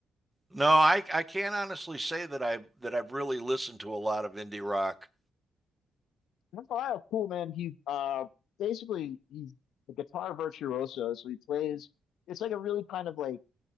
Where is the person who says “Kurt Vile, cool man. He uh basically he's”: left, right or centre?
Left